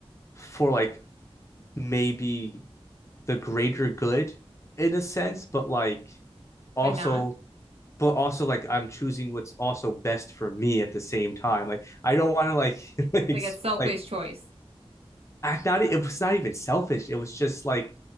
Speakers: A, on the left (about 25°); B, on the right (about 70°).
A: for like maybe the greater good in a sense, but like also
B: but not
A: but also like I'm choosing what's also best for me at the same time. Like I don't want to like <laughs> like
B: like a selfish
A: like
B: choice.
A: not e, it was not even selfish. It was just like